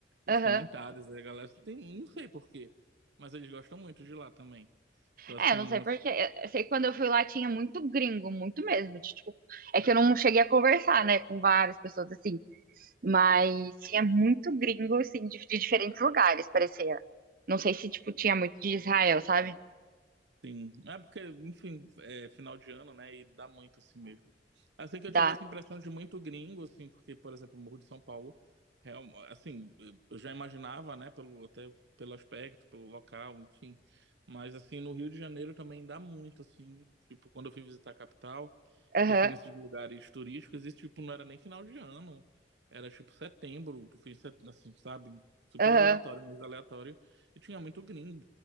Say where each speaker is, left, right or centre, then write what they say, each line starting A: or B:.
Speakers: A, on the right (about 50°); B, on the right (about 80°).
A: Aham.
B: Os comentários, aí a galera, assim, tem, não sei por quê, mas eles gostam muito de lá também. Então, assim,
A: É, eu não sei porque. Eu eu sei que quando eu fui lá tinha muito gringo, muito mesmo. de, Tipo, é que eu não cheguei a conversar, né, com várias pessoas assim. Mas tinha muito gringo, assim, de, de diferentes lugares, parecia. Não sei se, tipo, tinha muito de Israel, sabe?
B: Sim, é porque, enfim, é final de ano, né? E dá muito assim mesmo. Assim que
A: Da
B: eu tive essa impressão de muito gringo, assim, porque, por exemplo, o Morro de São Paulo, real, assim, eu já imaginava, né, pelo, até pelo aspecto, pelo local, enfim. Mas, assim, no Rio de Janeiro também dá muito, assim, tipo, quando eu fui visitar a capital,
A: Aham,
B: que eu fui nesses lugares turísticos, esse tipo não era nem final de ano, era tipo setembro, fim de set- assim, sabe? Super
A: aham.
B: aleatório, mês aleatório, e tinha muito gringo,